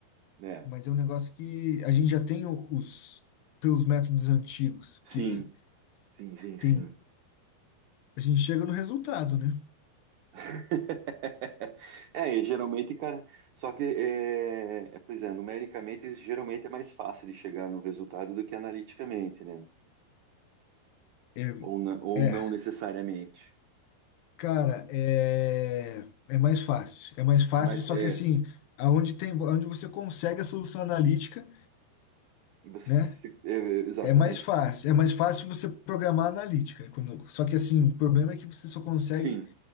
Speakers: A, on the right; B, on the left.
A: né?
B: Mas é um negócio que a gente já tem o- os pelos métodos antigos,
A: Sim,
B: que
A: sim, sim, sim.
B: tem, a gente chega no resultado, né?
A: <laughs> É, e geralmente, cara, só que, é, é, pois é, numericamente, geralmente é mais fácil de chegar no resultado do que analiticamente, né?
B: É,
A: Ou, na- ou
B: é,
A: não necessariamente.
B: cara, é, é mais fácil. É mais fácil,
A: É mais,
B: só
A: é,
B: que assim, aonde tem, aonde você consegue a solução analítica,
A: você-
B: né?
A: é, exatamente.
B: É mais fácil. É mais fácil você programar analítica. Quando, só que assim, o problema é que você só consegue
A: Sim,